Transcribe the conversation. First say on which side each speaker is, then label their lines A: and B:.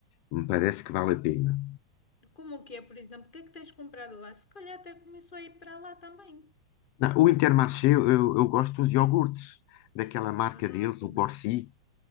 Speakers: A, on the left; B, on the left.
A: me parece que vale a pena.
B: Como que é, por exemplo? O que é que tens comprado lá? Se calhar até começou a ir para lá também.
A: Não, o Intermarché, eu, eu gosto dos iogurtes, daquela marca
B: Ah,
A: deles,
B: pronto.
A: o Borsi.